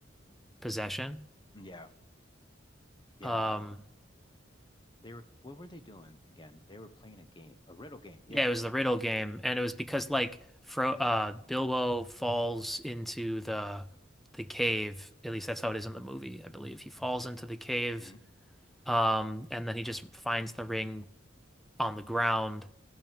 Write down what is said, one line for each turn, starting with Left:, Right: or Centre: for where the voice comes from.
Centre: possession.
Left: Yeah. Yeah.
Centre: Um
Left: Uh, They were, what were they doing again? They were playing a game, a riddle game. Yeah.
Centre: yeah, it was the Riddle game and it was because like Fro uh Bilbo falls into the the cave, at least that's how it is in the movie, I believe. He falls into the cave
Left: hmm
Centre: um and then he just finds the ring on the ground